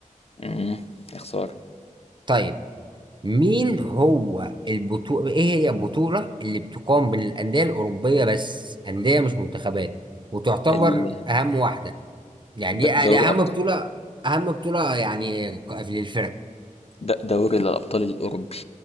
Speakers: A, on the left; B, on the right.
A: مم. يا خسارة
B: طيب مين هو البطولة ايه هي البطولة اللي بتقام بين الأندية الأوروبية بس أندية مش منتخبات وتعتبر
A: ال-
B: أهم واحدة يعني دي
A: د- دوري
B: دي أهم
A: أبطال
B: بطولة أهم بطولة يعني ك- للفرق
A: د- دوري الأبطال الأوروبي